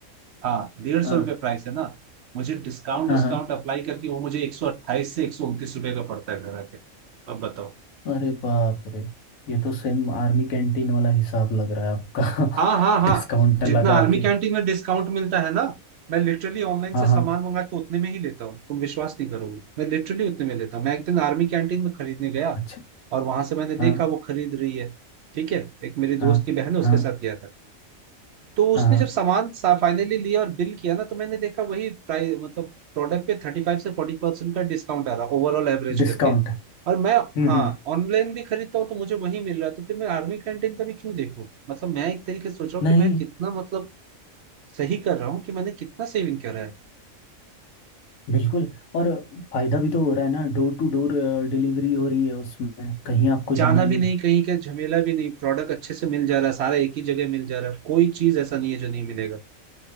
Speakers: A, on the right; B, on the left.
A: हाँ डेढ़ सौ
B: हाँ
A: रुपये प्राइस है ना मुझे डिस्काउंट
B: हाँ
A: डिस्काउंट
B: हाँ
A: अप्लाई करके वो मुझे एक सौ अट्ठाईस से एक सौ उनतीस रुपये का पड़ता है घर आके अब बताओ
B: अरे बाप रे ये तो सेम आर्मी कैंटीन वाला हिसाब लग रहा है आपका
A: हाँ हाँ हाँ
B: <laughs> डिस्काउंट
A: जितना
B: लगा
A: आर्मी
B: के
A: कैंटीन में डिस्काउंट मिलता है ना मैं लिटरली ऑनलाइन
B: हाँ
A: से सामान
B: हाँ
A: मंगा के उतने में ही लेता हूँ तुम विश्वास नहीं करोगे मैं लिटरली उतने में लेता हूँ मैं एक दिन आर्मी कैंटीन में खरीदने गया
B: अच्छा
A: और वहां से मैंने
B: हाँ
A: देखा वो खरीद रही है ठीक है एक मेरी दोस्त
B: हाँ
A: की बहन है उसके
B: हाँ
A: साथ गया था तो उसने
B: हाँ हाँ
A: जब सामान फाइनली लिया और बिल किया ना तो मैंने देखा वही प्राइस मतलब प्रोडक्ट पे थर्टी फाइव से फोर्टी परसेंट का डिस्काउंट आ रहा ओवरऑल एवरेज
B: डिस्काउंट
A: करके और मैं
B: हम्म
A: हाँ
B: हम्म,
A: ऑनलाइन भी खरीदता हूँ तो मुझे वही मिल रहा है तो फिर मैं आर्मी कैंटीन का भी क्यों देखूँ मतलब मैं एक तरीके से सोच रहा हूँ
B: नहीं
A: कि मैं कितना मतलब सही कर रहा हूँ कि मैंने कितना सेविंग करा है
B: बिल्कुल और फायदा भी तो हो रहा है ना डोर टू डोर डिलीवरी हो रही है उसमें कहीं आपको
A: जाना
B: जाना नहीं
A: भी नहीं कहीं का झमेला भी नहीं प्रोडक्ट अच्छे से मिल जा रहा है सारा एक ही जगह मिल जा रहा है कोई चीज ऐसा नहीं है जो नहीं मिलेगा